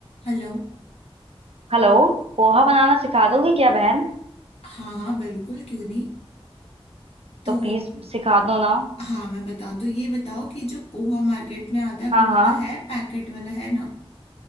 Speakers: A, on the left; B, on the right.
A: Hello
B: Hello Poha बनाना सिखा दोगे क्या बहन
A: हाँ हाँ बिल्कुल क्यों नहीं तो
B: तो प्लीज सिखा दो ना
A: हाँ मैं बताओ तो ये बताओ कि जो पोहा मार्केट में आता है
B: हाँ
A: वो वाला
B: हाँ
A: है पैकेट वाला है ना